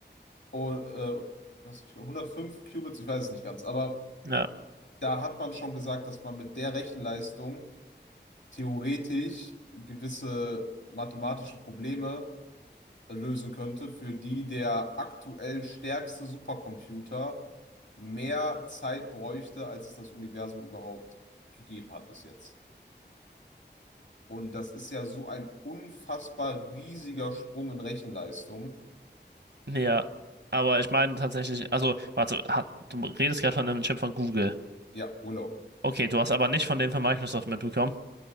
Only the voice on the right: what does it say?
ja,
ja. Aber ich meine tatsächlich, also, warte, ha- du redest gerade von einem Chip von Google.
Okay, du hast aber nicht von dem von Microsoft mitbekommen.